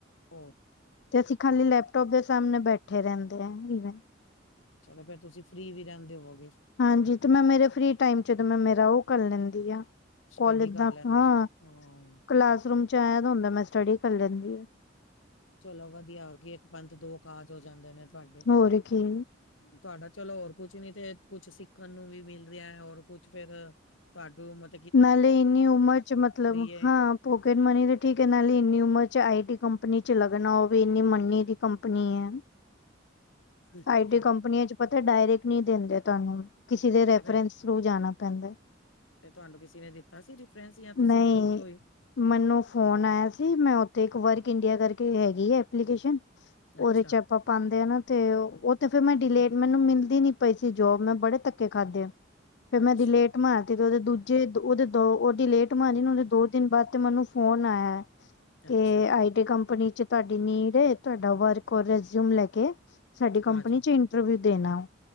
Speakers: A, on the left; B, on the left.
A: ਹੋ
B: ਤੇ ਅਸੀਂ ਖਾਲੀ ਲੈਪਟੋਪ ਦੇ ਸਾਮਣੇ ਬੈਠੇ ਰੇਂਦੇ ਆ ਈਵੇ।
A: ਅੱਛਾ, ਫੇਰ ਤੁਸੀਂ ਫ੍ਰੀ ਵੀ ਰੇਂਦੇ ਹੋਵਗੇ।
B: ਹਾਂਜੀ, ਤੇ ਮੈਂ ਮੇਰੇ ਫ੍ਰੀ ਟਾਈਮ ਚ ਤੇ ਮੈਂ ਮੇਰਾ ਓ ਕਰ ਲੈਂਦੀ ਆ।
A: ਸਟੱਡੀ
B: ਕੌਲਜ
A: ਕਰ
B: ਦਾ
A: ਲੈਂਦੇ
B: ਹਾਂ
A: ਹੋ ਹਾਂ
B: ਕਲਾਸਰੂਮ ਚ ਆਯਾ ਦਾ ਹੁੰਦਾ ਮੈਂ ਸਟੱਡੀ ਕਰ ਲੈਂਦੀ ਆ।
A: ਚਲੋ ਵਧੀਆ ਹੋਗੀ ਏਕ ਪੰਥ ਦੋ ਕਾਜ ਹੋ ਜਾਂਦੇ ਨੇ ਤੁਹਾਡੇ।
B: ਹੋਰ ਕੀ
A: ਤੁਹਾਡਾ ਚਲੋ ਹੋਰ ਕੁਛ ਨੀ ਤੇ ਕੁਛ ਸਿੱਖਣ ਨੂੰ ਵੀ ਮਿਲ ਰਿਆ ਹੋਰ ਕੁਛ ਫੇਰ ਤੁਹਾਡੀ ਓਮਰ
B: ਨਾਲੇ ਇੰਨੀ ਉਮਰ ਚ ਮਤਲਬ
A: ਏ।
B: ਹਾਂ। ਪੋਕਿਟ ਮਨੀ ਤੇ ਠੀਕ ਐ ਨਾਲ ਇੰਨੀ ਉਮਰ ਆਈਟੀ ਕੰਪਨੀ ਚ ਲੱਗਣਾ ਓ ਵੀ ਇੰਨੀ ਮੰਨੀ ਦੀ ਕੰਪਨੀ ਐ। <inaudible>
A: ਅੱਛਾ।
B: ਆਈਟੀ ਕੰਪਨੀਆਂ ਚ ਪਤਾ ਡਾਇਰੈਕਟ ਨੀ ਦਿੰਦੇ ਤੁਹਾਨੂੰ ਕਿਸੇ ਦੇ ਰੈਫਰੈਂਸ
A: ਤੇ ਫੇਰ
B: ਰੋਜ ਜਾਣਾ ਪੈਂਦਾ।
A: ਤੇ ਤੁਹਾਨੂੰ ਕਿਸੇ ਨੇ ਦਿੱਤਾ ਸੀ ਰਿਫਰੈਂਸ ਯਾ ਤੁਸੀਂ
B: ਨਹੀਂ
A: ਖੁਦ ਤੋਂ ਈ
B: ਮੈਨੂੰ ਫੋਨ ਆਇਆ ਸੀ, ਮੈਂ ਉੱਥੇ ਇੱਕ ਵਰਕ ਇੰਡੀਆ ਕਰਕੇ ਹੈਗੀ ਐ ਐਪਲੀਕੇਸ਼ਨ
A: ਅੱਛਾ,
B: ਉਦੇ ਚ ਆਪਾਂ ਪਾਂਦੇ ਆ ਨਾ ਤੇ ਓ ਤੇ ਫਿਰ ਮੈਂ ਡਿਲੇਟ ਮੈਨੂੰ ਮਿਲਦੀ ਨੀ ਪਈ ਸੀ ਜੋਬ ਮੈਂ ਬੜੇ ਧੱਕੇ ਖਾਧੇ ਆ। ਫਿਰ
A: ਅੱਛਾ।
B: ਮੈ ਡਲੇਟ ਮਾਰਤੀ ਉਹਦੇ ਦੂਜੇ ਉਹਦੇ ਦੋ ਉਹਦੀਲੇਟ ਮਾਰੀ ਨਾ ਉਦੇ ਦੋ ਦਿਨ ਬਾਦ ਤੇ ਮੈਨੂੰ ਫੋਨ ਆਇਆ ਤੇ
A: ਅੱਛਾ,
B: ਆਈ ਤੇ ਕੰਪਨੀ ਚ ਤੁਹਾਡੀ ਨੀਡ ਐ ਤੁਹਾਡਾ ਵਰਕ ਔਰ ਰਿਊਜਮ ਲੈ ਕੇ ਸਾਡੀ ਕੰਪਨੀ
A: ਆ ਜਾਓ
B: ਚ ਇੰ ਟਰਵਿਊ ਦੇਣ ਆਔ।